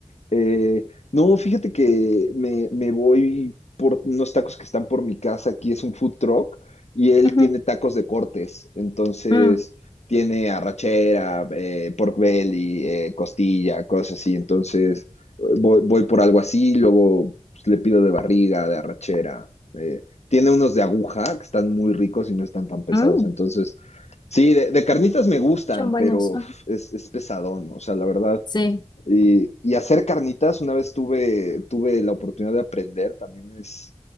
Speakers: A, on the left; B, on the left.
A: Eh, no, fíjate que me, me voy por unos tacos que están por mi casa, aquí es un food truck y él
B: ujú.
A: tiene tacos de cortes, entonces
B: Mm.
A: tiene arrachera, eh, pork belly, eh, costilla, cosas así, entonces eh, voy, voy por algo así, luego pues, le pido de barriga, de arrachera, eh, tiene unos de aguja que están muy ricos y no están tan pesados,
B: Mm.
A: entonces Sí, de, de carnitas me gustan,
B: Son buenos.
A: pero uf, es, es pesadón, o sea, la verdad.
B: Sí.
A: Y, y hacer carnitas, una vez tuve, tuve la oportunidad de aprender, también es,